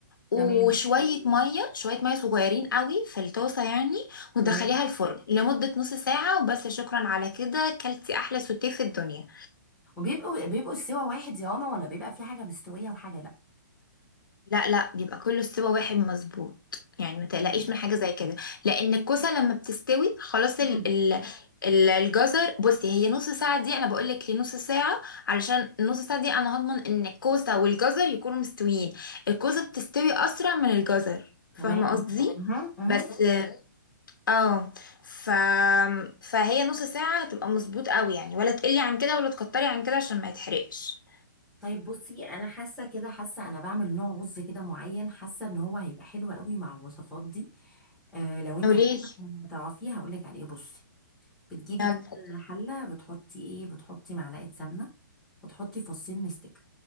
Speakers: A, on the left; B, in the centre.
A: وشويه
B: تمام
A: ميه شويه ميه صغيرين قوي في الطاسه يعني وتدخليها
B: تمام
A: الفرن لمده نص ساعه وبس شكرا على كده كلتي احلى سوتيه في الدنيا
B: وبيبقوا بيبقوا السوا واحد يا رنا ولا بيبقى في حاجة مستوية وحاجة لأ
A: لا لا بيبقى كله استوى واحد مظبوط يعني ما تقلقيش
B: مم.
A: من حاجة زي كده لأن الكوسة لما بتستوي خلاص
B: مم.
A: ال ال ال- الجزر بصي هي نص ساعة دي أنا بقولك ليه نص ساعة علشان النص ساعة دي أنا هضمن إن الكوسة والجزر يكونوا مستويين الكوسة بتستوي أسرع من الجزر فاهمة
B: تمام
A: قصدي؟
B: مهم. مهم.
A: بس اه ف... فهي نص ساعة هتبقى مظبوط قوي يعني ولا تقلي عن كده ولا تكتري عن كده عشان ما يتحرقش
B: طيب بصي انا حاسه كده حاسه انا بعمل نوع رز كده معين حاسه ان هو هيبقى حلو قوي مع الوصفات دي آه لو انت
A: قوليلي
B: تعرفيه هقول لك عليه بصي بتجيبي
A: يلا
B: كده حله بتحطي ايه بتحطي معلقه سمنه وتحطي فصين مستكه